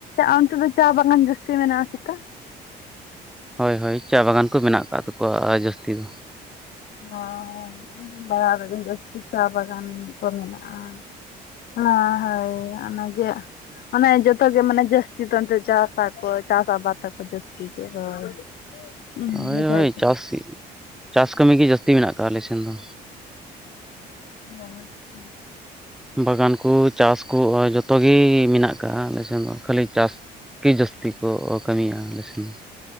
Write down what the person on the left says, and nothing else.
ᱚᱱᱛᱮ ᱫᱚ ᱪᱟ ᱵᱟᱜᱟᱱ ᱡᱟᱹᱥᱛᱤ ᱢᱮᱱᱟᱜᱼᱟ ᱥᱮ ᱪᱮᱛᱟ?
ᱚ ᱟᱸᱡᱚᱢ ᱵᱟᱲᱟ ᱨᱮᱫᱚ ᱡᱟᱹᱥᱛᱤ ᱪᱟ ᱵᱟᱜᱟᱱ ᱠᱚ ᱢᱮᱱᱟᱜᱼᱟ᱾ ᱚᱱᱟ ᱦᱳᱭ ᱚᱱᱟᱜᱮ᱾ ᱢᱟᱱᱮ ᱡᱚᱛᱚ ᱜᱮ ᱢᱟᱱᱮ ᱡᱟᱹᱥᱛᱤ ᱫᱚᱱ ᱪᱟᱥ ᱟᱠᱚ ᱪᱟᱥ ᱟᱵᱟᱫ ᱛᱟᱠᱚ ᱡᱟᱹᱥᱛᱤ ᱜᱮᱭᱟ ᱦᱳᱭ᱾ <unintelligible>
ᱵᱩᱡᱷᱟᱹᱣ ᱠᱮᱜ
<unintelligible>